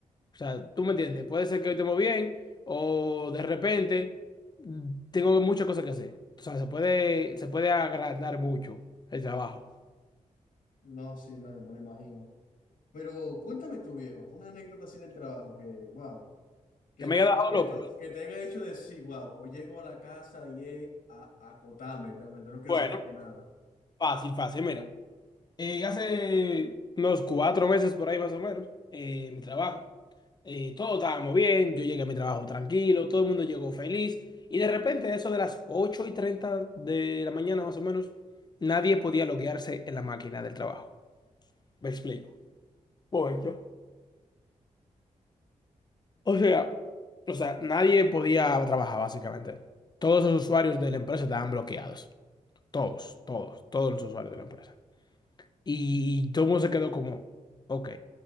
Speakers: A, on the left; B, on the left.
A: O sea, tú me entiendes, puede ser que hoy estemos bien o de repente mm, tengo muchas cosas que hacer. O sea, se puede, se puede agrandar mucho el trabajo.
B: No, sí, me, me lo imagino. Pero cuéntame tú, viejo, una anécdota así del trabajo que, wow. Que
A: ¿Que me
B: tú,
A: haya dejado
B: que
A: loco?
B: tú, que te haya hecho decir, wow, o llego a la casa y es a, a acotarme, literalmente, no quiero
A: Bueno,
B: saber de nada.
A: fácil, fácil, mira. Eh, hace unos cuatro meses por ahí más o menos, eh, mi trabajo. Eh, todos estábamos bien, yo llegué a mi trabajo tranquilo, todo el mundo llegó feliz. Y de repente, a eso de las 8 y 30 de la mañana más o menos, nadie podía loguearse en la máquina del trabajo. Me explico. Voy yo. O sea, o sea, nadie podía trabajar básicamente. Todos los usuarios de la empresa estaban bloqueados. Todos, todos, todos los usuarios de la empresa. Y todo el mundo se quedó como, ok,